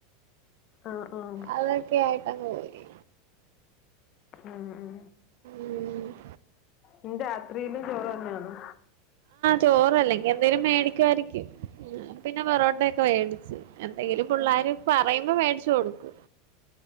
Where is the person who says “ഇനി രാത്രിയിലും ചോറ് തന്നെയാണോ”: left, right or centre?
Left